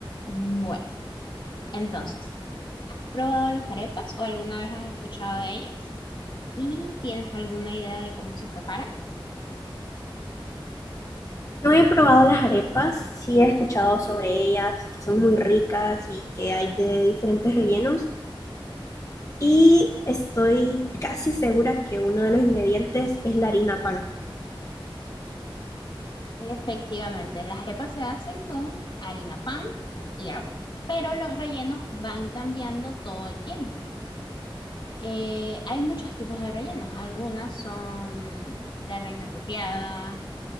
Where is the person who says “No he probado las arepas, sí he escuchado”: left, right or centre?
Left